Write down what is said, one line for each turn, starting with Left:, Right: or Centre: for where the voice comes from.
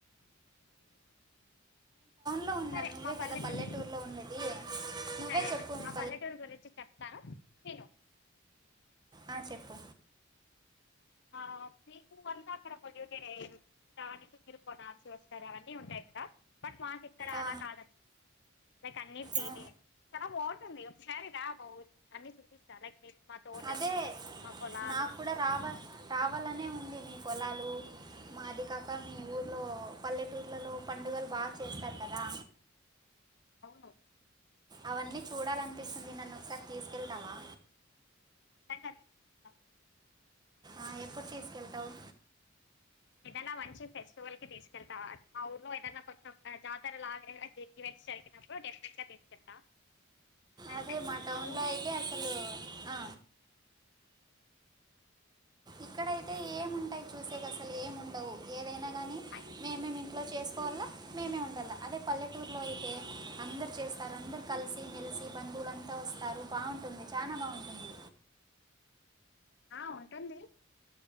Right: లో ఉన్నా
Left: సరే
Right: నువ్వే
Left: మా
Right: కదా
Left: పల్లెటూరు
Right: పల్లెటూర్ లో ఉన్నది నువ్వే
Left: సరే
Right: చెప్పు
Left: మరి
Right: మీ
Left: మా పల్లెటూరు గురించి చెప్తాను విను
Right: ఆ చెప్పు
Left: ఆ మీకు అంతా అక్కడ పొల్యూటెడె దానికి మీరు కొనాల్సి వస్తారు అవన్నీ ఉంటాయి కదా బట్ మాక్ ఇక్కడ ఆలా
Right: ఆ,
Left: కాదనమాట లైక్ అన్ని ఫ్రీ
Right: ఆ.
Left: నే చానా బా తుంది ఒకసారి రా మా ఊరిక్ అన్ని చూపిస్తా లైక్ మీర్ మా తోటలు
Right: అదే
Left: మా పొలాలు
Right: నాకు కూడా రావ రావాలనే ఉంది మీ పొలాలు మాది కాక మీ ఊర్లో పల్లెటూర్లలో పండుగలు బాగా చేస్తారు కదా
Left: అవును
Right: అవన్నీ చూడాలనిపిస్తుంది నన్ను ఒకసారి తీసుకెళ్తావా
Left: ఖచ్చితంగా తీసుకెళ్తాం
Right: ఆ ఎప్పుడు తీసుకెళ్తావ్
Left: ఏటైనా మంచి ఫెస్టివల్ కి తీసుకెళ్తావ మా ఊర్లో ఏదైనా కొంచెం జాతరలా <unintelligible> జరిగినప్పుడు డెఫెనెట్ గా తీసుకెళ్తా అండ్
Right: అదే మా టౌన్ లో
Left: ఊరు
Right: అయితే అసలు ఆ ఇక్కడైతే ఏముంటాయి చూసేకసలు ఏముండవు ఏదైనా గా
Left: ఐ-
Right: ఇంట్లో చేసుకోవల్ల మెమే ఉండాల అదే పల్లెటూరులో అయితే అందరు చేస్తారు అందరు కలిసి మెలిసి బంధువు లంతా వస్తారు బావుంటుంది చానా బావుంటుంది
Left: ఆ ఉంటుంది